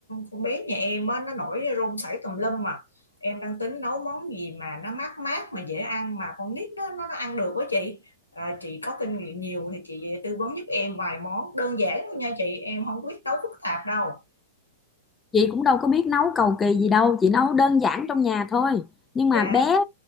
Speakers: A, on the left (about 80°); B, on the left (about 15°).
A: con bé nhà em á, nó nổi rôm sảy tùm lum mà. Em đang tính nấu món gì mà nó mát mát mà dễ ăn mà con nít nó nó, nó ăn được quá chị. À, chị có kinh nghiệm nhiều thì chị tư vấn giúp em vài món đơn giản thôi nha chị. Em không biết nấu phức tạp đâu.
B: Chị cũng đâu có biết nấu cầu kỳ gì đâu, chị nấu đơn giản trong nhà thôi. Nhưng mà
A: Dạ.
B: bé